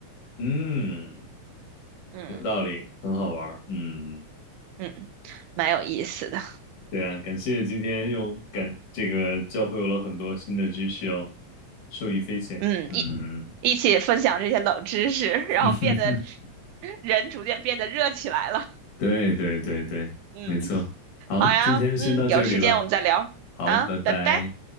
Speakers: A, on the left; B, on the right.
A: 嗯，
B: 嗯
A: 有道理，很好玩儿，嗯。
B: 嗯，蛮有意思的。
A: 对啊，感谢今天又感这个教会我了很多新的知识哦，受益匪浅。
B: 嗯，
A: 嗯，
B: 一一起分享这些冷知识，
A: <laughs>
B: 然后变得人逐渐变得热起来了。
A: 对对对对，
B: 嗯，
A: 没错。好，
B: 好呀，
A: 今天先到这里了。
B: 嗯，有时间我们再聊啊，
A: 好，拜拜。
B: 拜拜。